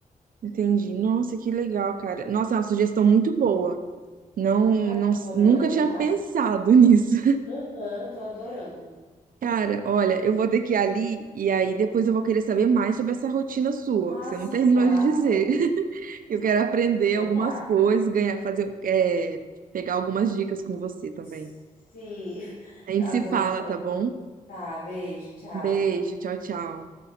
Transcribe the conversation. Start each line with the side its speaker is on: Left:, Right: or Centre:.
Right: entendi. Nossa, que legal, cara. Nossa, é uma sugestão muito boa. Não,
Left: Ai,
Right: não,
Left: eu tô adorando,
Right: nunca tinha
Left: tá?
Right: pensado <laughs> nisso.
Left: Aham, tô adorando.
Right: Cara, olha, eu vou ter que ir ali e aí depois eu vou querer saber mais sobre essa rotina sua,
Left: Ah,
Right: que você
Left: sim,
Right: não terminou
Left: claro.
Right: de dizer. Eu quero aprender
Left: Então
Right: algumas
Left: tá.
Right: coisas, ganhar, fazer, é, pegar algumas dicas com você também.
Left: Sim. <laughs>
Right: A gente
Left: Tá
Right: se
Left: bom,
Right: fala,
Left: então.
Right: tá bom?
Left: Tá, beijo, tchau.
Right: Beijo, tchau, tchau.